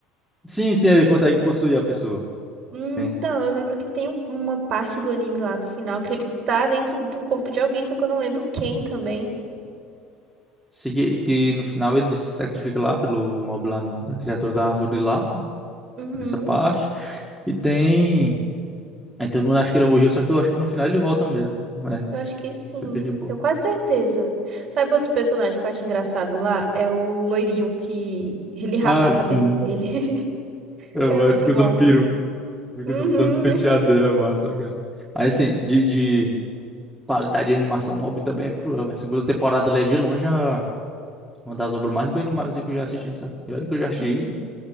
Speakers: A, in the centre; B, on the right.
A: Sim, sim, ele consegue possuir a pessoa.
B: Hum,
A: Sim.
B: Então, eu lembro que tem uma parte do anime lá pro final que ele tá dentro do corpo de alguém, só que eu não lembro quem também.
A: Se que, que no final ele se sacrifica lá pelo mob lá no, da criatura da árvore lá, né,
B: Uhum.
A: tem essa parte. E tem. Aí todo mundo acha que ele morreu, só que eu acho que no final ele volta mesmo. É,
B: Eu acho que sim.
A: fica de boa.
B: Tenho quase certeza. Sabe outro personagem que eu acho engraçado lá? É o loirinho que ele <laughs> rapa
A: Ah,
B: a cabeça
A: sim.
B: dele. <laughs>
A: É bom,
B: É muito
A: ele fica
B: bom.
A: usando peruca. Fica
B: Uhum.
A: usando botando os penteados
B: <laughs>
A: dele, é massa, cara. Mas assim, de, de qualidade de animação, Mob também é cruel. A segunda temporada ali é de longe a Uma das obras mais bem animadas que eu já assisti, sabe? E olha que eu já assisti
B: Uhum.